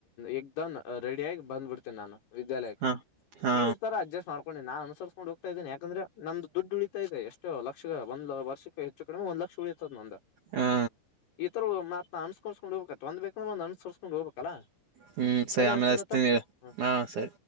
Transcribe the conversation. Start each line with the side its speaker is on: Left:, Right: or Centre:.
Left: ಎಗ್ದನ್ ರೆಡಿಯಾಗಿ ಬಂದ್ಬಿಡ್ತೀನಿ ನಾನು ವಿದ್ಯಾಲಯಕ್ಕೆ
Right: ಹಾ ಹಾ
Left: ಈ ತರಾ ಅಡ್ಜಸ್ಟ್ ಮಾಡಕೋಡು ಅನುಸರಿಸಕೊಂಡ ಹೋಗ್ತಾ ಇದ್ದೇನೆ ಯಾಕಂದ್ರೆ ನದ್ದು ದುಡ್ಡು ಉಳ ದೆ ಎಷ್ಟು ಲಕ್ಷ ಒಂದ್ ವರ್ಷಕ್ಕೆ ಹೆಚ್ಚು ಕಡಿಮೆ ಒಂದ್ ಲಕ್ಷ ಉಳಿಯತದ ನೊಂದು
Right: ಹಾ
Left: ಈತರ ಕನ್ಸ್ಕೊ್ಕೊಂಡ ಹಬೇಕ ತೊಂದ್ ಬೇಕು ಅನ್ ಸರ್ಸ್ಕೊಂಡು ಹೋಗ್ಬೇಕಲ್ಲ
Right: ಹ್ಮ್ ಸರಿ
Left: ತಡೆ
Right: ಆಮೇಲೆ
Left: ಹಸ್ತೀನತ್ತ
Right: ಹಚ್ತೀನಿ ಇರು
Left: ಹಾ
Right: ಸರಿ